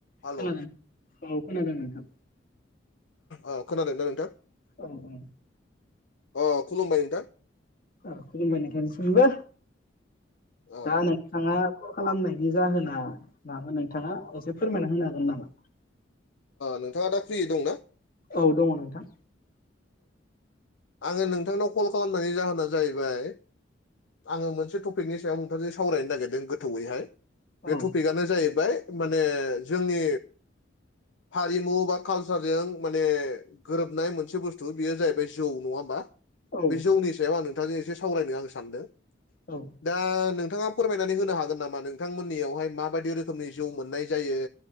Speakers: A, on the left; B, on the left.
A: Hello
B: खोनादों औ खोनादों नोंथां।
A: अ खोनादों ना नोंथां?
B: औ औ।
A: अ खुलुमबाय नोंथां।
B: औ खुलुमबाय नोंखाय नसोमबो
A: औ
B: दा नोंथाङा खालामनायनि जाहोना मानो नोंथाङा असे फोरमायना होनो हागोन नामा?
A: नोंथाङा दा फ्रि दंना?
B: औ दङ नोंथां।
A: आङो नोंथांनाव कल खालामनायनि जाहोना जाहैबाय आङो मोनसे टपिकनि सायाव नोंथांजों सावरायनो नागिरदों गोथौयैहाय
B: औ
A: बे टपिकआनो जाहैबाय माने जोंनि हारिमु बा कालसारजों माने गोरोबनाय मोनसे बुस्थु बेयो जाहैबाय जौ नङा होमबा।
B: औ
A: बे जौनि सायाव आं नोंथांजों एसे सावरायनो आं सानदों
B: औ
A: दा नोंथाङा फोरमायनानै होनो हागोन नामा नोंथांमोननियावहाय माबायदि रोखोमनि जौ मोननाय जायो